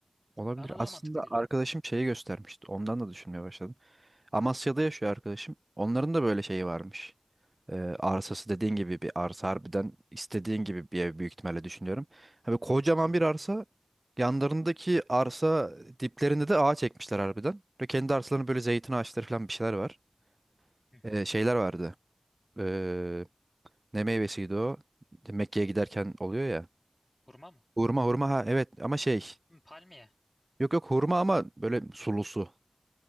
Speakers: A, on the right; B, on the left.
A: Olabilir.
B: Bana daha
A: Aslında
B: mantıklı geliyor.
A: arkadaşım şeyi göstermişti. Ondan da düşünmeye başladım. Amasya'da yaşıyor arkadaşım. Onların da böyle şeyi varmış. Ee, arsası dediğin gibi bir arsa harbiden istediğin gibi bir ev büyük ihtimalle düşünüyorum. Hani kocaman
B: Hı hı.
A: bir arsa yanlarındaki arsa diplerinde de ağaç ekmişler harbiden. Ve kendi arsalarında böyle zeytin ağaçları falan bir şeyler var.
B: Hı hı.
A: Ee, şeyler vardı. Ee, ne meyvesiydi o? Mekke'ye giderken oluyor ya.
B: Hurma mı?
A: Hurma hurma ha evet ama şey.
B: Hı, palmiye.
A: Yok yok hurma ama böyle sulusu.